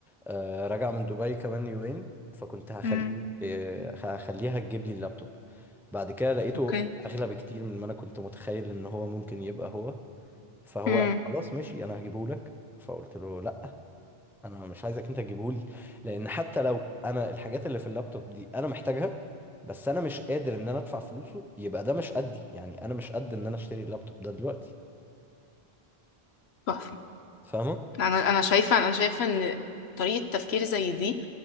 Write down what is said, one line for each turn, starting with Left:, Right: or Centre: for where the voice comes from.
Centre: آه، راجعه من دبي كمان يومين فكنت هخليه
Left: أمم
Centre: آه، هخليها تجيب لي اللابتوب بعد كده لقيته
Left: أوكي
Centre: اغلى بكتير من ما انا كنت متخيل ان هو ممكن يبقى هو فهو
Left: امم
Centre: خلاص ماشي انا هجيبه لك فقلت له لا انا مش عايزك انت تجيبهولي لان حتى لو انا الحاجات اللي في اللابتوب دي انا محتاجها بس انا مش قادر ان انا ادفع فلوسه يبقى ده مش قدي يعني انا مش قد ان انا اشتري اللابتوب ده دلوقتي
Left: تحفة
Centre: فاهمه
Left: أنا أنا شايفة أنا شايفة إن طريقة تفكير زي دي